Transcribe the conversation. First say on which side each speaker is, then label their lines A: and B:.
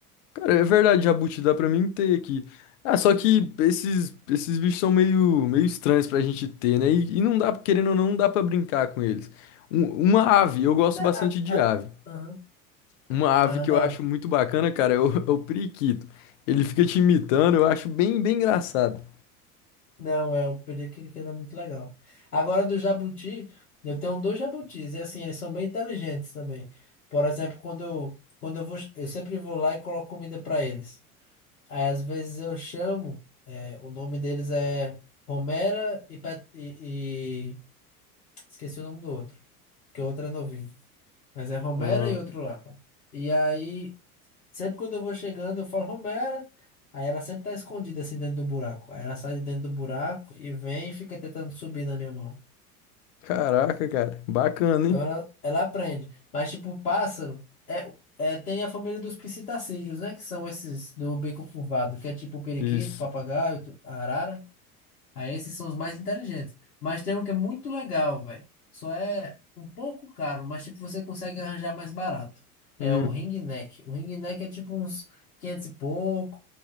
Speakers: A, on the left; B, on the left.
A: Cara, é verdade, jabuti, dá pra mim ter aqui. Ah, só que esses, esses bichos são meio, meio estranhos pra gente ter, né? E, e não dá, querendo ou não, não dá pra brincar com eles. Um- uma ave, eu
B: até-
A: gosto bastante
B: a-
A: de
B: a-
A: ave.
B: Aham.
A: Uma ave
B: Ah,
A: que
B: da
A: eu acho
B: hora.
A: muito bacana, cara, é o, <laughs> é o periquito. Ele fica te imitando, eu acho bem, bem engraçado.
B: Não, é o periquito que não é muito legal. Agora do jabuti, eu tenho dois jabutis. E assim, eles são bem inteligentes também. Por exemplo, quando eu, quando eu vou, eu sempre vou lá e coloco comida pra eles. Aí às vezes eu chamo, é, o nome deles é Romera e, Pet- e, e- Esqueci o nome do outro, porque o outro é novinho. Mas é Romera
A: Ah,
B: e outro lá. E aí, sempre quando eu vou chegando, eu falo Romera. Aí ela sempre tá escondida assim dentro do buraco. Aí ela sai de dentro do buraco e vem e fica tentando subir na minha mão.
A: caraca, cara, bacana,
B: Então
A: hein?
B: ela, ela aprende. Mas tipo, o pássaro é, é, tem a família dos psitacídeos, né? Que são esses do bico curvado, que é tipo o periquito,
A: Isso.
B: papagaio, tu- arara. Aí esses são os mais inteligentes. Mas tem um que é muito legal, velho. Só é um pouco caro, mas tipo, você consegue arranjar mais barato. É
A: Hum.
B: o ring neck. O ring neck é tipo uns 500 e pouco.